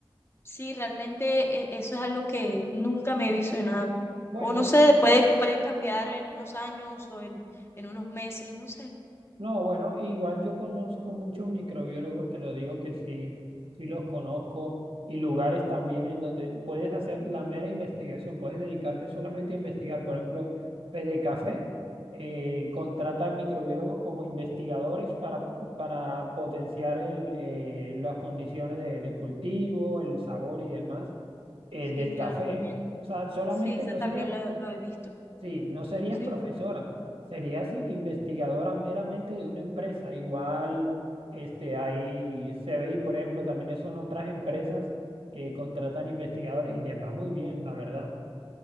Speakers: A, on the left; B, on the right.
A: Sí, realmente eh, eso es algo que nunca me he visionado.
B: Bueno,
A: O no sé, puede que puede cambiar en unos años o en, en unos meses, no sé.
B: No, bueno, igual yo conozco muchos microbiólogos, te lo digo que sí, sí los conozco, y lugares también en donde puedes hacer la mera investigación, puedes dedicarte solamente a investigar. Por ejemplo, Fedecafé eh, contrata microbiólogos como investigadores para, para potenciar el, eh, las condiciones de, de cultivo, el sabor y demás eh,
A: Sí,
B: del
A: claro,
B: café.
A: también.
B: O sea, solamente
A: Sí, eso
B: no
A: también
B: sería
A: lo, lo he visto.
B: Sí, no serías
A: Sí.
B: profesora, serías i- investigadora meramente de una empresa. Igual, este, hay CBI, por ejemplo, también son otras empresas que contratan investigadores y les va muy bien, la verdad.